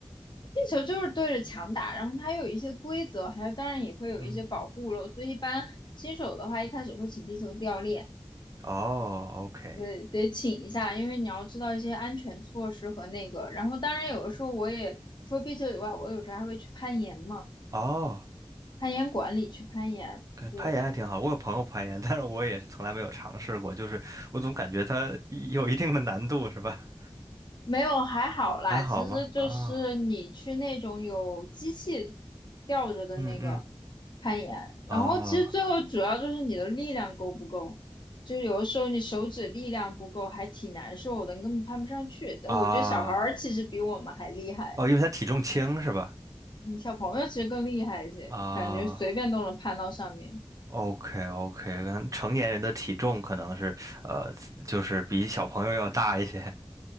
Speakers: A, on the left; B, on the right.
A: 地球就是对着墙打，然后它有一些规则，还有当然也会有一些保护了，
B: 嗯，
A: 所以一般新手的话，一开始会请地球掉链，
B: 哦，OK，
A: 对，得请一下，因为你要知道一些安全措施和那个。然后当然有的时候我也除了壁球以外，我有时候还会去攀岩嘛，
B: 哦。
A: 攀岩馆里去攀岩，
B: 跟攀岩还挺好，
A: 对，
B: 我有朋友攀岩，但是我也是从来没有尝试过，就是我总感觉它有一定的难度，是吧？
A: 没有还好啦，
B: 还好吗？
A: 其实就是你去那种有机器吊着的那个。
B: 啊，嗯嗯，
A: 攀岩，然后其实最后主要就是你的力量够不够，
B: 哦
A: 就有的时候你手指力量不够，还挺难受的，你根本攀不上去。但我觉得小孩儿其实比我们还厉害，
B: 啊哦，因为他体重轻是吧？
A: 嗯，小朋友其实更厉害一些，
B: 啊
A: 感觉随便都能攀到上面。
B: ，OK OK，可能成年人的体重可能是呃，就是比小朋友要大一些，